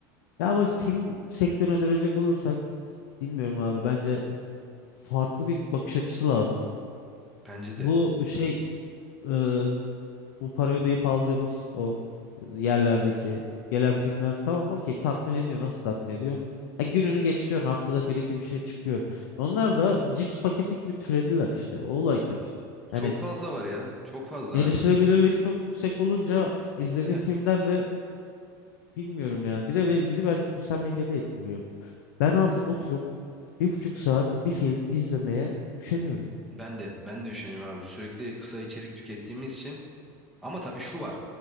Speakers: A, on the left; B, in the centre.
A: ya ama film sektörüne dönecek olursak bilmiyorum abi bence farklı bir bakış açısı lazım.
B: bence
A: Bu
B: de.
A: şey e, bu para ödeyip aldığımız o yerlerdeki gelen filmler tamam okey tatmin ediyor. Nasıl tatmin ediyor? E, gününü geçiriyorsun haftada bir iki bir şey çıkıyor. Onlar da cips paketi gibi türediler işte. O olay kötü.
B: Çok
A: Hani
B: fazla var ya. Çok fazla
A: erişilebilirlik
B: abi.
A: çok yüksek olunca
B: Kesinlikle
A: izlediğim
B: yani.
A: filmden de bilmiyorum ya. Bir de be- bizi bence sosyal medyada etkiliyor. Ben
B: Yani
A: artık oturup bir buçuk saat bir film izlemeye üşeniyorum.
B: ben de ben de düşünüyorum abi. Sürekli kısa içerik tükettiğimiz için. Ama tabii şu var.